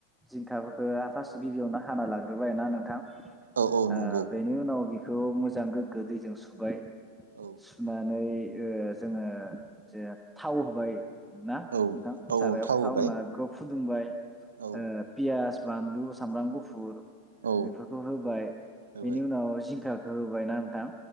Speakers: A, in the centre; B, on the right.
A: जिंखाबो ओ आ फास गिबियावनो हाना लाग्रोबाय ना नोंथां
B: औ औ
A: ओ
B: नंगौ
A: बेनि उनाव बेख खौ मोजां गोग्गो दैजों सुबाय।
B: औ
A: सुनानै ओ जोङो जेर थाव होबाय ना
B: औ
A: नोंथां
B: औ
A: सारायाव
B: थाव
A: थावहोना
B: होबाय
A: बेखौ फु फुदुंबाय।
B: औ
A: ओ पियास बान्लु सामब्राम गुफुर
B: औ
A: बेफोरखौ होबाय
B: होबाय
A: बेनि उनाव जिंखा होबायना नोंथां